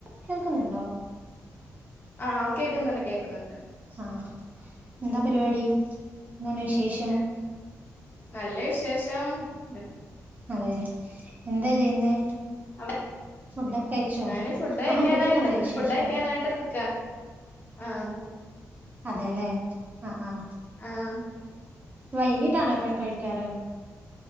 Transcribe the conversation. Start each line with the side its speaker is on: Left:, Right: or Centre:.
Right: കേൾക്കുന്ന്ണ്ടോ
Left: ആഹ് കേക്കുന്നുണ്ട് കേക്കുന്നുണ്ട്
Right: ആഹ് എന്താ പരിപാടി എന്താണ് വിശേഷം
Left: ആൻ നല്ല വിശേഷം <unintelligible>
Right: അതെ എന്താ ചെയ്യുന്നേ
Left: അവ്
Right: ഫുഡൊക്കെ കഴിച്ചോ
Left: ഞാന് ഫുഡ് കഴിക്കാനായിട്ട്
Right: ആഹ് ഇവിടെയും നല്ല വിശേഷം
Left: ഫുഡ് കഴിക്കാനായിട്ട് നിക്കാ ആഹ്
Right: അതെല്ലേ അ ആഹ്
Left: ആഹ് ഉം
Right: വൈകീട്ടാണോ എപ്പഴും കഴിക്കാറ്